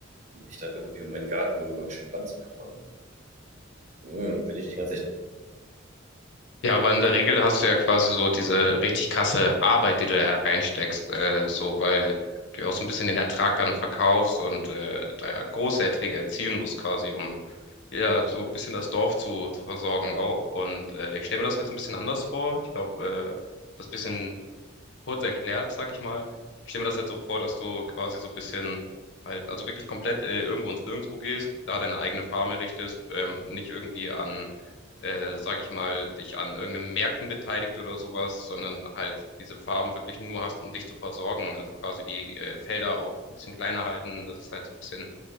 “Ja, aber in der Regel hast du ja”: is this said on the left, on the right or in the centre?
Left